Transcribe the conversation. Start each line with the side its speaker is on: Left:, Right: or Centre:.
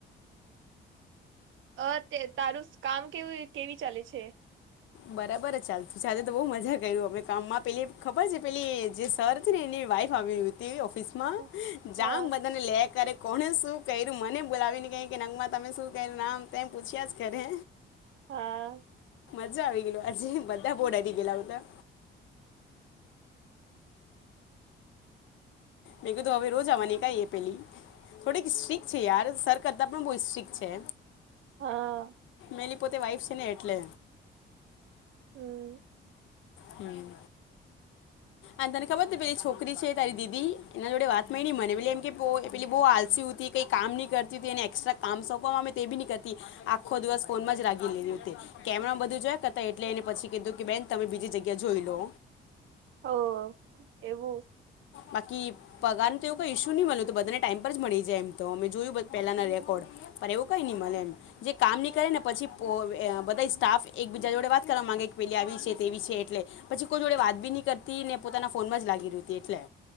Right: અ તે તારુ કામ કેવ કેવી ચાલે છે.
Left: બરાબર ચાલું ચા આજે તો બહુ મજા કર અમે કામમાં પેલી ખબર છે, પેલી જે સર ને એને વાઇફ આવવિતી ઓફિસ માં
Right: હા
Left: જામ બધાને લે કર કોને શું કર્યુ મને બોલાવીને કઈ, કે નંગમા તમે શું કર્યુ નામ તેમ પૂછ્યા જ કરે
Right: હા.
Left: મજા આવી ગઈલુ, હજી બધા બહુ ડરી ગેલા હતા મેં કતો હવે રોજ આવવાની કઈ એ પેલી, થોડીક સ્ટિક છે. યાર, સર કરતા પણ વો, સ્ટ્રીક છે.
Right: હા
Left: મેલી પોતે વાઈફ છેને, એટલે
Right: હમ
Left: હમ્મ અને તને ખબર છે પેલી છોકરી છે તારી દીદી, એના જોડે વાત મળી મને, પેલી એમકે પો પેલી બહુ આલસી હતી, કઈ કામ નહી કરતી હતી, એને એક્સટરા કામ સોંપવામાં આવે તે બી ની કરતી, આખો દિવસ ફોનમાં જ લાગી રેહલી હતી. કેમરામાં બધું જોય કરતા એટલે, એને પછી કીધું કે બેન તમે બીજી જગ્યા જોઈલો.
Right: હો એવું.
Left: બાકી પગાર નુતો એવું કોઈ ઇશ્યુ નહીં મલે, એતો બધાને ટાઈમ પર જ મળી જાય એમ તો, મે જોયું બ પહેલાના રેકોર્ડ. પર એવું કઈ નહી મલે એમ, જે કામની કરેને પછી પોવે બધા સ્ટાફ એક બીજા જોડે વાત કરવા માંગે પેલી આવી છે, તેવી છે એટલે, પછી કોઈ જોડે વાત બી ન કરતી, ને પોતાના ફોનમાં જ લાગી રહેતી, એટલે